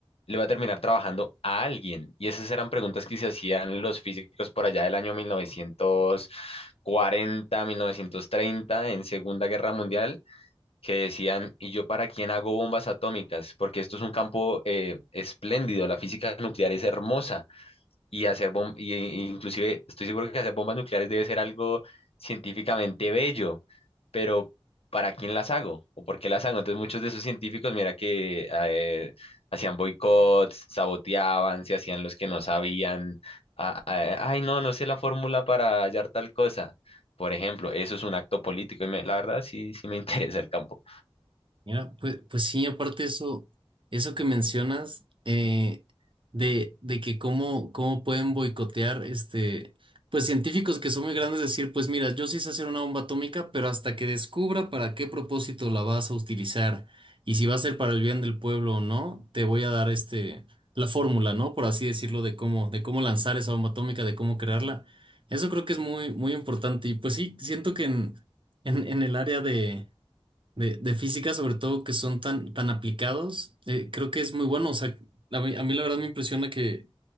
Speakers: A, on the left; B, on the right.
A: le voy a terminar trabajando a alguien. Y esas eran preguntas que se hacían los físicos por allá del año mil mil novecientos cuarenta, mil novecientos treinta, en Segunda Guerra Mundial, que decían, ¿y yo para quién hago bombas atómicas? Porque esto es un campo eh, espléndido, la física nuclear es hermosa y hacer bom- y, y- inclusive estoy seguro que hacer bombas nucleares debe ser algo científicamente bello, pero ¿para quién las hago? ¿O por qué las hago? Entonces muchos de esos científicos, mira que eh, hacían boicots, saboteaban, se hacían los que no sabían, a- a- ay no, no sé la fórmula para hallar tal cosa. Por ejemplo, eso es un acto político y me- la verdad sí, sí me <laughs> interesa el campo.
B: Mira, pues, pues sí, aparte eso, eso que mencionas eh, de, de que cómo, cómo pueden boicotear este, pues científicos que son muy grandes, decir, pues mira, yo sí sé hacer una bomba atómica, pero hasta que descubra para qué propósito la vas a utilizar y si va a ser para el bien del pueblo o no, te voy a dar este, la fórmula, ¿no? Por así decirlo, de cómo, de cómo lanzar esa bomba atómica, de cómo crearla. Eso creo que es muy, muy importante y pues sí, siento que en, en, en el área de de, de física, sobre todo que son tan, tan aplicados, eh, creo que es muy bueno. O sea, a mí, a mí la verdad me impresiona que,